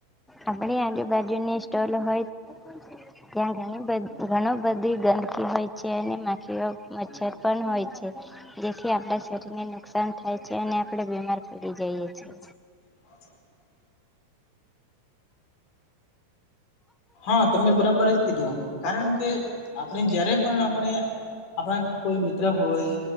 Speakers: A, in the centre; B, on the left.
A: આપડી આજુબાજુની સ્ટોલ હોય. ત્યાંણી ઘણું બધી ગંદકી હોય છે અને માખીઓ મચ્છર પણ હોય છે. જેથી આપડા શરીરને નુકસાન થાય છે અને આપણેે બીમાર પડી જઈ છ છેએ.
B: હચછા. <unintelligible> હા તમે બરાબર જ કીધું, કારણ કે આપણે જયારે પણ આપણે આપણા કોઈ મિત્ર હોય,